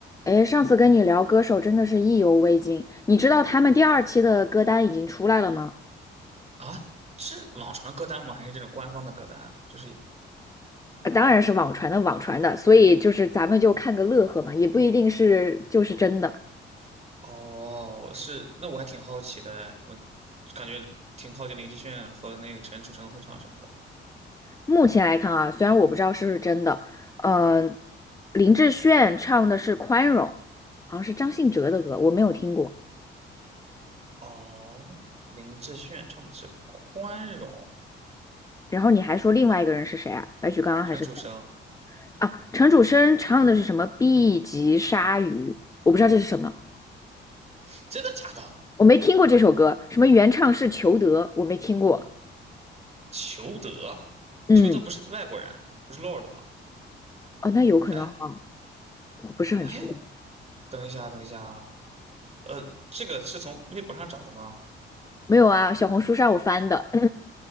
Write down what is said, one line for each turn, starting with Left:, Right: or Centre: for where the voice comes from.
Left: 哎，上次跟你聊歌手真的是意犹未尽，你知道他们第二期的歌单已经出来了吗？
Right: 啊，是网传歌单吗？还是这种官方的歌单啊？就是
Left: 呃当然是网传的，网传的，所以就是咱们就看个乐呵嘛，也不一定是就是真的。
Right: 哦，是那我还挺好奇的哎，我感觉挺靠近林志炫和那个陈楚生会唱什么的。
Left: 目前来看啊，虽然我不知道是不是真的，呃，林志炫唱的是《宽容》，好像是张信哲的歌，我没有听过。
Right: 哦，林志炫唱的是《宽容》，
Left: 然后你还说另外一个人是谁啊？白举纲还是谁
Right: 陈楚生
Left: 啊？陈楚生唱的是什么 B 级鲨鱼？我不知道这是什么。
Right: 真的假的？
Left: 我没听过这首歌，什么原唱是裘德，我没听过。
Right: 裘德，
Left: 嗯，
Right: 裘德不是外国人啊，不是 Lord 吗？
Left: 哦，那有可能哈，
Right: 哎
Left: 我不是很确定。
Right: 哎，等一下等一下啊，呃，这个是从微博上找的吗？
Left: 没有啊，小红书上我翻的，